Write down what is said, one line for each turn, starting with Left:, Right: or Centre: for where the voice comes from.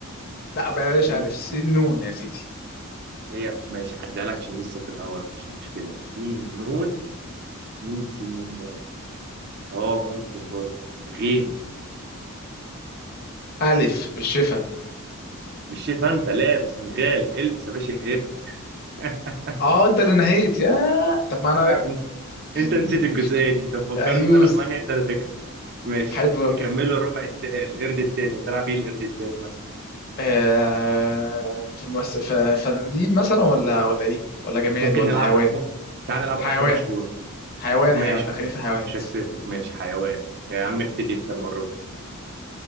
Left: لا بلاش
Right: ايه
Left: ألف سين نون يا سيدي
Right: هي ماشي عدالك عشان لسه في الأول مفيش مشكلة سين نون مين سين نون برضه اه ممكن برضه غين
Left: ألف بالشفا
Right: مش شايف انت لام سنغال البس يا باشا قرد <laughs>
Left: اه انت اللي نهيت يا طب ما انا
Right: آه، انت
Left: <laughs>
Right: انت نسيت الجزئية
Left: مش ك-
Right: دي انت مفكرني
Left: ايوس
Right: ان المانيا انت اللي تكسب ماشي
Left: حلو أوي
Right: نكمله الربع الت... القرد التاني تلعب ايه القرد التاني مثلا
Left: آه... فمس- ف- فنانين مثلا ولا ولا ايه ولا جماد
Right: ممكن
Left: ولا
Right: نلعب
Left: حيوان
Right: م... تعال نلعب
Left: حيوان
Right: أكلة مشهورة
Left: حيوان
Right: ماشي
Left: حيوان لا خلينا في الحيوانات
Right: مش هكسفك ماشي حيوان يا عم ابتدي انت المرة دي